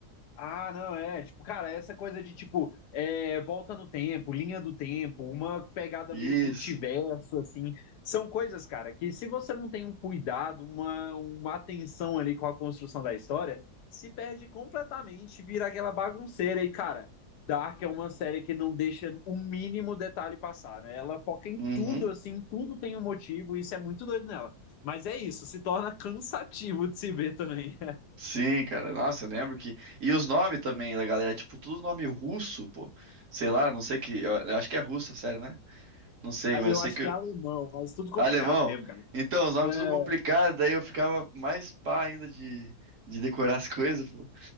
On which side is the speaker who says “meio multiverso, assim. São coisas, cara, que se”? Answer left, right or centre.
Left